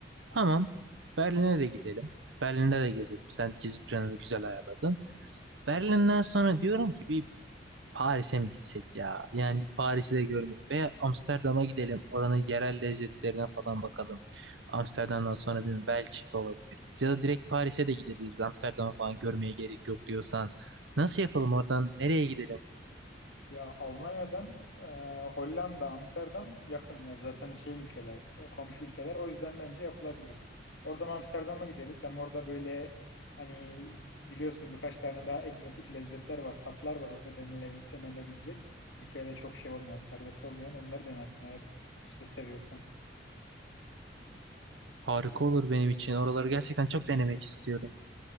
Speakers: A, on the right; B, on the left.
A: Tamam. Berlin'e de gidelim. Berlin'de de gezelim. Sen gezi planını güzel ayarladın. Berlin'den sonra diyorum ki bir Paris'e mi gitsek ya? Yani Paris'i de görmek veya Amsterdam'a gidelim. Oranın yerel lezzetlerine falan bakalım. Amsterdam'dan sonra bir Belçika olabilir. Ya da direkt Paris'e de gidebiliriz. Amsterdam'ı falan görmeye gerek yok diyorsan. Nasıl yapalım oradan? Nereye gidelim?
B: Ya Almanya'dan e, Hollanda, Amsterdam yakın. Yani zaten şey ülkeler, e, komşu ülkeler. O yüzden bence yapılabilir. Oradan Amsterdam'a gideriz. Hem orada böyle hani biliyorsun birkaç tane daha egzotik lezzetler var, tatlar var orada denile, denenebilecek. Türkiye'de çok şey olmayan, serbest olmayan onları denersin eğer işte seviyorsan.
A: Harika
B: Hı,
A: olur benim için. Oraları gerçekten çok denemek istiyorum.